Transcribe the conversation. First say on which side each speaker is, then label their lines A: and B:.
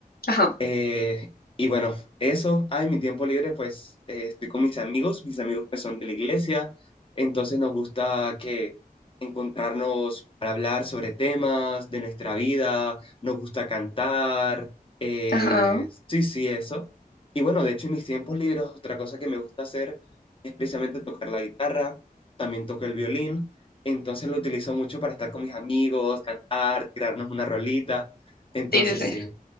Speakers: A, on the left; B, on the left.
A: ajá,
B: Eh, y bueno, eso, ah, en mi tiempo libre, pues eh, estoy con mis amigos, mis amigos que son de la iglesia, entonces nos gusta que encontrarnos para hablar sobre temas de nuestra vida, nos gusta cantar, eh,
A: ajá.
B: sí, sí, eso. Y bueno, de hecho, en mis tiempos libres, otra cosa que me gusta hacer es precisamente tocar la guitarra, también toco el violín, entonces lo utilizo mucho para estar con mis amigos, cantar, tirarnos una rolita, entonces
A: Sí, sí,
B: sí.
A: sí.